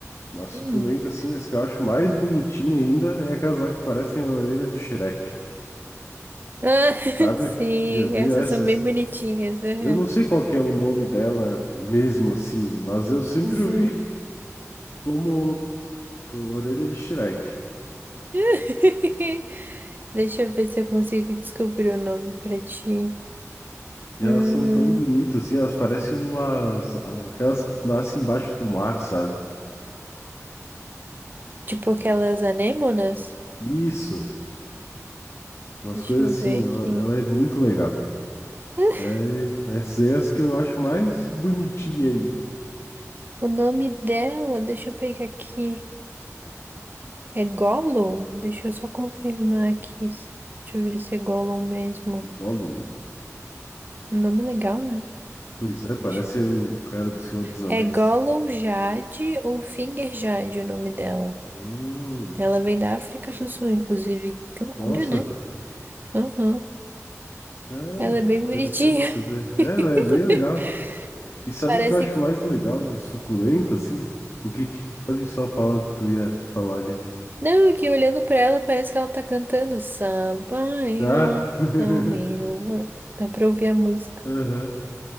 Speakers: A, on the left; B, on the right.
A: Mas suculenta,
B: Hum.
A: assim, as que eu acho mais bonitinha ainda é aquelas lá que parecem a orelha do Shrek,
B: Ah, <laughs>
A: sabe?
B: sim,
A: Tu já viu
B: essas
A: essas?
B: são bem bonitinhas. aham.
A: Eu não sei qual que é o nome dela mesmo assim, mas eu sempre
B: Uhum.
A: ouvi como orelha de Shrek.
B: <laughs> Deixa eu ver se eu consigo descobrir o nome pra ti.
A: E
B: Hum.
A: elas são tão bonitas, assim, elas parecem umas... aquelas que nascem embaixo do mar, sabe?
B: Tipo aquelas
A: Bem,
B: anêmonas.
A: Isso, umas
B: Deixa
A: coisas
B: eu
A: assim,
B: ver
A: ela,
B: aqui.
A: ela é muito legal.
B: <laughs>
A: E aí, essas aí é as que eu acho mais bonitinha ainda.
B: O nome dela, deixa eu pegar aqui. É Gollum? Deixa eu só confirmar aqui. Deixa eu ver se é Gollum mesmo.
A: Gollum.
B: Um Nome legal, né?
A: Pois é, parece
B: Deixa eu-
A: o cara do Senhor dos Anéis.
B: É Gollum Jade ou Finger Jade o nome dela.
A: Hum,
B: Ela vem da África do Sul, inclusive. Que loucura,
A: nossa,
B: né? Aham.
A: é
B: Ela é bem bonitinha.
A: interessante saber. É,
B: <laughs>
A: né, é bem legal. E sabe
B: Parece
A: o que eu acho
B: que.
A: mais legal de suculenta, assim? O que, que- pode só falar o que tu ia falar ali.
B: Não, é que olhando pra ela parece que ela tá cantando samba, ó,
A: Ah, <laughs>
B: não me lua. Dá pra ouvir a música.
A: aham.